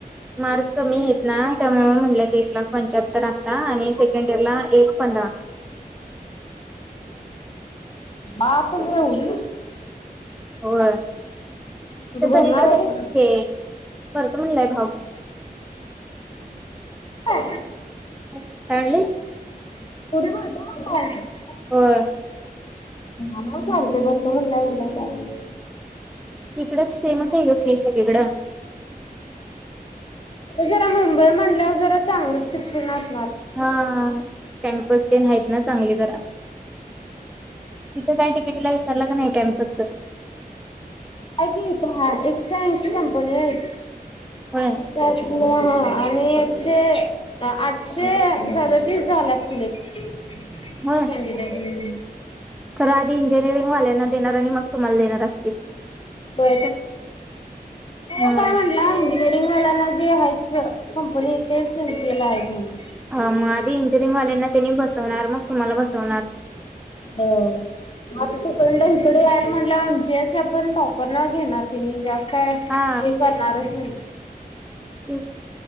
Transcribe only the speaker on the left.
बापरे एवढी
तू
भरणार
आहे
हा
<unintelligible>
भरतोय म्हणल्यावर चालतंय
जरा मुंबई म्हणल्यावर जरा चांगलंच शिक्षण अस.
हाय की एकशे ऐंशी कंपनी आहेत.
त्या हा आणि आठशे आठशे सदतीस झाल्यात सिलेक्ट <unintelligible>
तो
काय म्हटला इंजिनिअरिंग मला ना जे आहेत. कंपनी येथे एमसी ए ला आहेत म्हणून
हा. आता तिकडड इकडे याला म्हटलं एमसीएर पण टॉपर न घेणार ति जास्त का
हे करणारच नाही.